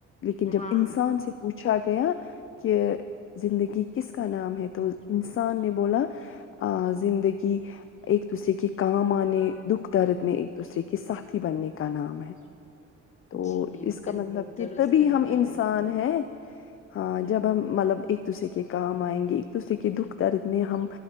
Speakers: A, on the left; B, on the left.
A: لیکن جب
B: واہ
A: انسان سے پوچھا گیا کہ زندگی کس کا نام ہے تو انسان نے بولا زندگی ایک دوسرے کے کام آنے دکھ درد میں ایک دوسرے کے ساتھی بننے کا نام ہے
B: <inaudible>
A: تو
B: جی
A: اس کا
B: بالکل
A: مطلب کہ
B: درست
A: تبھی
B: فرمایا
A: ہم انسان
B: آپ نے
A: ہیں ہاں جب ہم مطلب ایک دوسرے کے کام آئیں گے ایک دوسرے کے کہ دکھ درد میں ہم